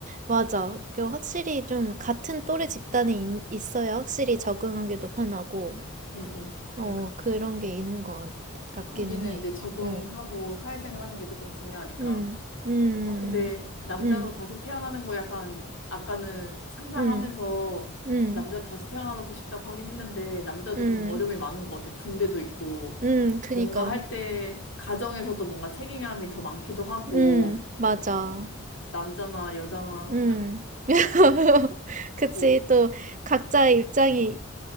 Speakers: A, on the right; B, on the left.
A: 맞아. 그 확실히 좀 같은 또래 집단에 있, 있어야 확실히 적응하기도 편하고,
B: 응, 응. 그니까.
A: 어, 그런 게 있는 것 같- 같기는
B: 거기는
A: 해.
B: 이제 적응하고
A: 어,
B: 사회생활 하는 게 조금 중요하니까.
A: 음, 음,
B: 아, 근데 남자로
A: 음,
B: 다시 태어나는 거 약간 아까는 상상하면서
A: 음, 음,
B: 남자로 다시 태어나고 싶다고 하긴 했는데 남자도
A: 음, 음,
B: 좀 어려움이 많은 것 같아. 군대도 있고
A: 음, 그니까.
B: 뭔가 할 때 가정에서도 뭔가 책임감이 더 많기도 하고
A: 음, 맞아.
B: 남자나 여자나
A: 음. <laughs> 그치.
B: <laughs>
A: 또 각자의 입장이